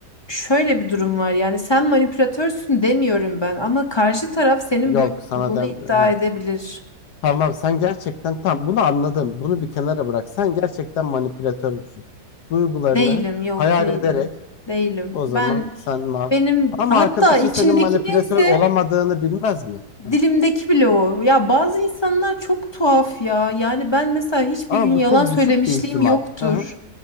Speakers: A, on the left; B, on the left.
A: şöyle bir durum var yani sen manipülatörsün demiyorum ben ama karşı taraf senin
B: Yok
A: böyle
B: sana
A: olduğunu
B: dem
A: iddia
B: Heh.
A: edebilir.
B: Tamam sen gerçekten tam bunu anladım. Bunu bir kenara bırak. Sen gerçekten manipülatör müsün? Duygularını
A: Değilim, yok
B: hayal
A: değilim.
B: ederek
A: Değilim.
B: o
A: Ben
B: zaman sen ma-
A: benim
B: ama
A: hatta
B: arkadaşın
A: içimdeki
B: senin manipülatör
A: neyse
B: olamadığını bilmez mi? Heh.
A: dilimdeki bile o. Ya bazı insanlar çok tuhaf ya. Yani ben mesela hiçbir
B: Ama
A: gün yalan
B: bu çok
A: söylemişliğim
B: düşük bir ihtimal.
A: yoktur.
B: Hı hı.